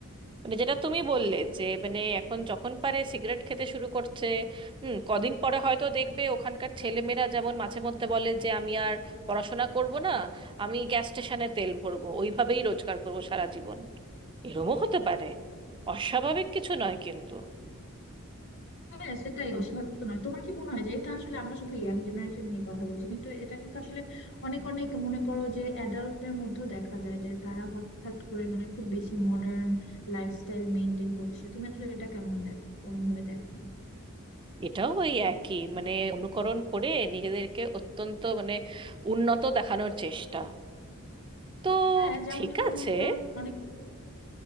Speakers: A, on the right; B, on the left.
A: মানে যেটা তুমি বললে যে মানে এখন যখন পারে সিগারেট খেতে শুরু করছে হুম কদিন পরে হয়তো দেখবে ওখানকার ছেলেমেয়েরা যেমন মাঝে মধ্যে বলে যে আমি আর পড়াশোনা করব না আমি গ্যাস স্টেশনে তেল ভরবো ওইভাবেই রোজগার করব সারা জীবন এরমও হতে পারে অস্বাভাবিক কিছু নয় কিন্তু
B: হ্যাঁ সেটাই অস্বাভাবিক তো নয় তোমার কি মনে হয় যে এটা আসলে আমরা শুধু ইয়াং জেনারেশন নিয়ে কথা বলছি কিন্তু এটা কিন্তু আসলে অনেক অনেক মনে করো যে অ্যাডাল্টদের মধ্যেও দেখা যায় যে তারা হঠাৎ করে মানে খুব বেশি মডার্ন লাইফস্টাইল মেনটেন করছে তুমি আসলে এটা কেমন দেখো কেমন ভাবে দেখো
A: এটাও ওই একই মানে অনুকরণ করে নিজেদেরকে অত্যন্ত মানে উন্নত দেখানোর চেষ্টা তো
B: হ্যাঁ যেমন
A: ঠিক
B: ধরো
A: আছে
B: মনে করো অনেক